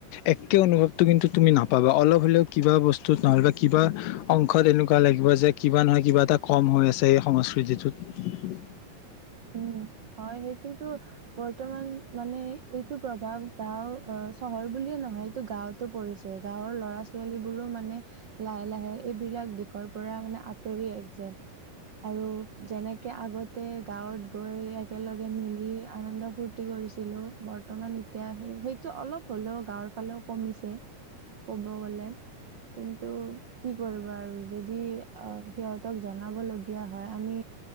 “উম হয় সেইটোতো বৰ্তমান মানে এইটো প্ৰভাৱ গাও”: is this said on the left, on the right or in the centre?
Right